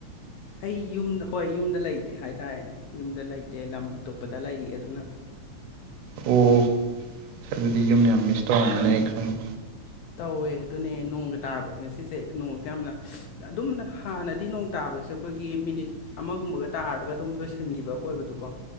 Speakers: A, on the left; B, on the right.
A: ꯑꯩ ꯌꯨꯝ ꯍꯣꯏ ꯌꯨꯝꯗ ꯂꯩꯇꯦ ꯍꯥꯏꯇꯥꯔꯦꯅꯦ ꯌꯨꯝꯗ ꯂꯩꯇꯦ ꯂꯝ ꯑꯇꯣꯞꯄꯗ ꯂꯩ ꯑꯗꯨꯅ
B: ꯑꯣ ꯑꯗꯨꯗꯤ ꯌꯨꯝ ꯌꯥꯝ ꯃꯤꯁ ꯇꯧꯔꯝꯃꯅꯤ ꯑꯩ ꯈꯪꯉꯦ
A: ꯇꯧꯋꯦ ꯑꯗꯨꯅꯦ ꯅꯣꯡꯒ ꯇꯥꯔꯛꯄ ꯉꯁꯤꯁꯦ ꯅꯣꯡꯁꯦ ꯌꯥꯝꯅ ꯑꯗꯨꯝꯗ ꯍꯥꯟꯅꯗꯤ ꯅꯣꯡ ꯇꯥꯕꯁꯦ ꯑꯩꯈꯣꯏꯒꯤ ꯃꯤꯅꯤꯠ ꯑꯃꯒꯨꯝꯕꯒ ꯇꯥꯔꯒ ꯑꯗꯨꯝ ꯂꯣꯏꯁꯤꯟꯒꯤꯕ ꯑꯣꯏꯕꯗꯨꯀꯣ